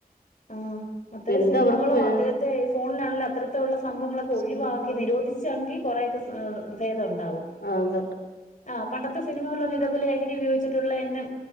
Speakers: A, on the left; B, on the left.
A: ആഹ് അത്തരം
B: എന്ത്
A: സിനിമകളും
B: അവർക്ക് വേ
A: അത്തരത്തെ ഫോണിലാണല്ലോ അത്തരത്തിലുള്ള സംഭവങ്ങളൊക്കെ ഒഴിവാക്കി
B: സംഭവം
A: നിരോധിച്ചെങ്കിൽ കുറെയൊക്കെ സ ഏഹ് ഭേ തം ഇതുണ്ടാവും
B: അതെ
A: ആഹ് പണ്ടത്തെ സിനിമകളിലൊന്നും ഇതേപോലെ ലഹരി ഉപയോഗിച്ചിട്ടുള്ള എന്നെ